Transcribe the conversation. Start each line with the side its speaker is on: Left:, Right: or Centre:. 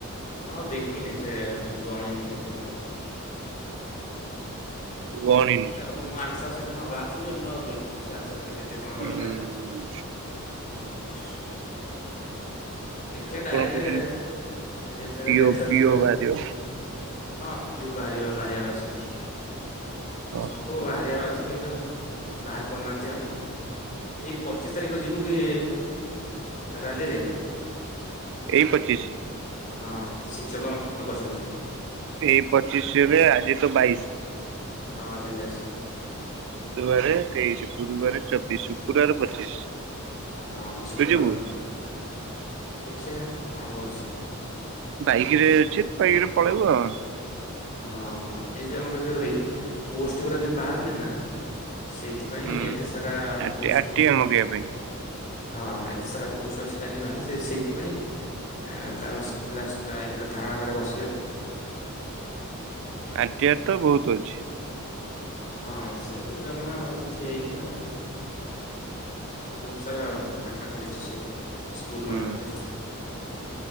Left: ମୁଁ ଆଉ ଦେଖିନି ସେ ଗଣିନି କେତେ କଣ ଅଉଚି?
Right: ତୁ ଗଣିନୁ
Left: ଦେଖିଲେ ହବ ମୁଁ ଆନ୍ସର ସିଟ୍ ଯେ ହଁ ବାହାରିଚି ଯେ, ମୁଁ ଆଉ ଦେଖିନି ସେ ଆନ୍ସର ସେଠି କେତେ କଣ
Right: ଉଁ
Left: ରହିଲା? ମୁଁ ଆଉ ଦେଖିନି। ଦେଖିବା
Right: ଆଉ
Left: ଡାଇରେକ୍ଟ
Right: କଣ କହୁଛନ୍ତି
Left: ଯେତେବେଳେ
Right: ପିଓ
Left: ରେଜଲଟ୍
Right: ପିଓ
Left: ଯୋଉ
Right: ବାହାରିବ
Left: ହଁ ପିଉ ବାହାରିବ ବାହାରିବାର ଅଛି।
Right: ହଁ
Left: ସବୁ ବାହାରିବାର ଅଛି କିନ୍ତୁ ବାହାର କରୁନାହାନ୍ତି ଆଉ, ଏଇ ପଚିଶ ତାରିଖ ଯିବୁ କି ଆ ରାଲିିରେ।
Right: ଏଇ ପଚିଶ?
Left: ହଁ ଶିକ୍ଷକ ମାନେ କରୁଚନ୍ତି।
Right: ଏଇ ପଚିଶରେ ଆଜି ତ ବାଇଶି।
Left: ହଁ ଆଜିି ବାଇସି।
Right: ବୁଧବାରେ ତେଇଶି, ଗୁରୁବାରେ ଚୋବିଶ, ଶୁକ୍ରବାରେ ପଚିଶ।
Left: ହଁ ଶୁକ୍ରବାର
Right: ତୁ ଯିବୁ
Left: ଦିନ। ଦେଖିବା କଣ ହଉଛି?
Right: ବାଇକ ରେ ଅଛି ବାଇକ ରେ ପଳେଇବୁ ଆଉ <unintelligible>
Left: ହଁ ଏଇ ଯୋଉ ଆମର ଯୋଉ ରିପ୍ ପୋଷ୍ଟ ଗୁଡା ଯୋଉ ବାହାରୁନି ନା। ସେଇଥିପାଇଁ
Right: ହୁଁ
Left: ଏତେ ସାରା
Right: ଆରଟି
Left: ପୋଷ୍ଟ
Right: ଆରଟିଆ
Left: ସ
Right: ମଗେଇବା ପାଇଁ।
Left: ହଁ ଏତେ ସାରା ପୋଷ୍ଟ ଅଛି କାହିଁକି ଭାଆରୁନି ସେ ସେଇଥିପାଇଁ ଅଁ ତାଙ୍କ ସ ପିଲା ଷ୍ଟ୍ରାଇକ ରେ ଧାରଣା ଘରେ ବସିବେ ଆଉ।
Right: ଆଇଡ଼ିଆ ତ ବହୁତ ଅଛି।
Left: ହଁ ସେ ଜମା ଆଉ କିଛି ହେଇନି ବା। ବହୁତ ସାରା ଫାଙ୍କା ପଡିଛି ସବୁ। ସ୍କୁଲ
Right: ହୁଁ
Left: ମାନଙ୍କରେ।